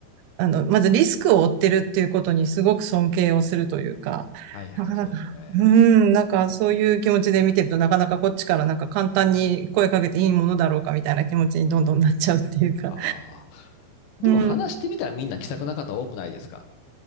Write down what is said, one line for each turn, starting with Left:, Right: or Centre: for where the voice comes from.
Right: あの、まずリスクを負ってるっていうことにすごく尊敬をするというか、
Left: はいはい、
Right: なかなか、
Left: そうですよね。
Right: うーん、なんかそういう気持ちで見てると、なかなかこっちからなんか簡単に声かけていいものだろうかみたいな気持ちにどんどんなっちゃうっていうか、
Left: ああ。でも話してみたらみんな気さくな方多くないですか
Right: うん、